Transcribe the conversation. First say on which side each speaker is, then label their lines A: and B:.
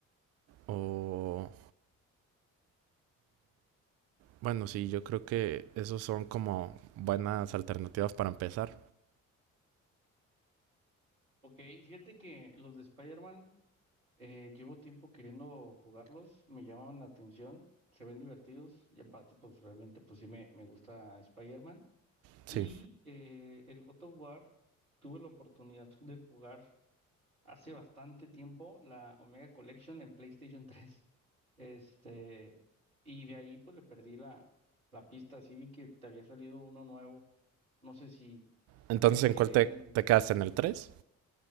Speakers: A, on the right; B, on the right.
A: O, bueno, sí, yo creo que esos son como buenas alternativas para empezar.
B: Ok, fíjate que los de Spider-Man Eh, llevo tiempo queriendo jugarlos, me llamaban la atención, se ven divertidos y aparte pues realmente pues sí me, me gusta Spider-Man.
A: Sí.
B: Y eh, el God of War tuve la oportunidad de jugar hace bastante tiempo la Omega Collection en PlayStation <laughs> 3. Este, y de ahí pues le perdí la, la pista, así vi que te había salido uno nuevo, no sé si
A: Entonces,
B: me
A: ¿en
B: quedé
A: cuál te, te quedas? ¿En el 3?